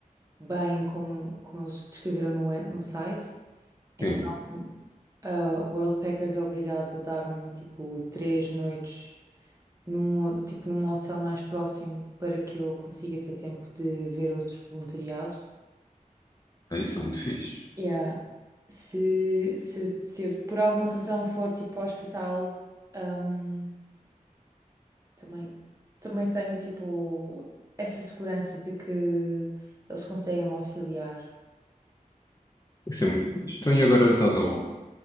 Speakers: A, on the right; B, on the left.
A: bem como, como eles descreveram no, we- no site. Então,
B: sim.
A: a World Packers é obrigado a dar-me, tipo, três noites num, ho- tipo, num hostel mais próximo para que eu consiga ter tempo de ver outro voluntariado.
B: É, isso é muito fixe.
A: Yeah. Se, se, se eu, por alguma razão for, tipo, ao hospital... hum, Também, também tenho, tipo, essa segurança de que eles conseguem me auxiliar.
B: Isso é muito fixe. Então e agora estás aonde?